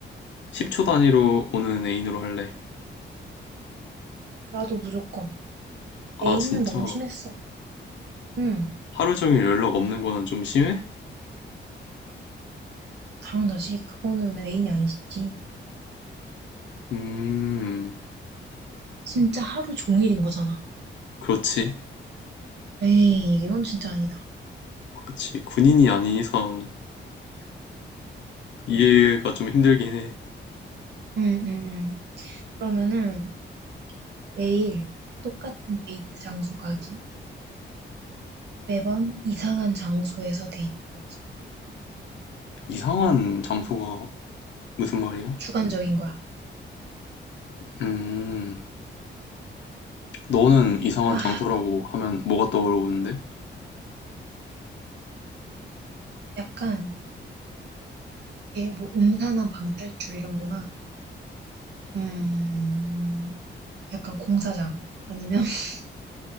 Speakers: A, on the left; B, on the right.
A: 10초 단위로 오는 애인으로 할래.
B: 나도 무조건.
A: 아,
B: 애인은
A: 진짜?
B: 너무 심했어. 응.
A: 하루 종일 연락 없는 거는 좀 심해?
B: 당연하지. 그거는 애인이 아니지.
A: 음,
B: 진짜 하루 종일인 거잖아.
A: 그렇지.
B: 에이, 이건 진짜 아니다.
A: 그렇지. 군인이 아닌 이상 이해가 좀 힘들긴 해.
B: 응, 응, 응. 그러면은 매일 똑같은 데이트 장소 가기. 매번 이상한 장소에서 데이트가
A: 이상한 장소가 무슨 말이야?
B: 주관적인 거야.
A: 음, 너는 이상한
B: 아,
A: 장소라고 하면 뭐가 떠오르는데?
B: 약간 이게 뭐 음산한 방탈출 이런 거나 음, 약간 공사장 아니면 <laughs>